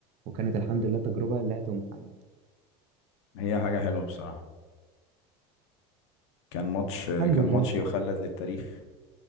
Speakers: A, on the right (about 50°); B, on the left (about 85°).
A: وكانت الحمد لله تجربه لا تمحى يعني
B: هي حاجة حلوة بصراحة كان ماتش
A: الحمد
B: كان
A: لله
B: ماتش يخلد للتاريخ